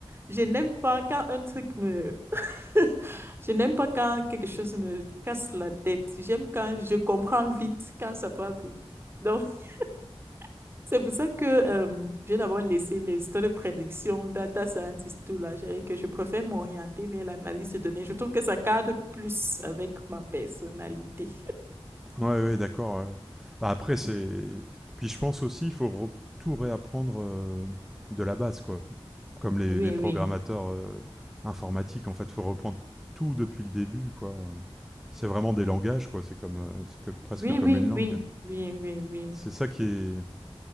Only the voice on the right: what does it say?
je n'aime pas quand un truc me... <laughs> Je n'aime pas quand quelque chose me casse la tête. J'aime quand je comprends vite, quand ça peut arriver. Donc, <laughs> c'est pour ça que euh, j'ai d'abord laissé les histoires de prédiction, data scientist, tout là, j'ai- que je préfère m'orienter vers l'analyse de données. Je trouve que ça cadre plus avec ma personnalité.
<laughs>
Oui,
oui.
Oui,
oui,
oui. Oui, oui, oui.